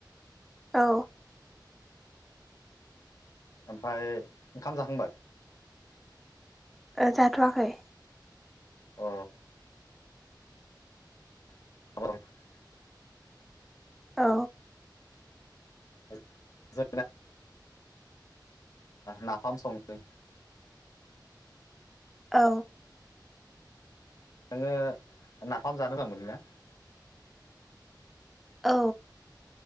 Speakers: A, in the centre; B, on the left.
A: औ।
B: ओमफ्राय ओंखाम जाखांबाय?
A: ओ जाथ'वाखै।
B: अ। <unintelligible>
A: औ।
B: <unintelligible> ओ नाफाम संदों।
A: औ।
B: नोङो नाफाम जानो मोजां मोनो ना?
A: औ।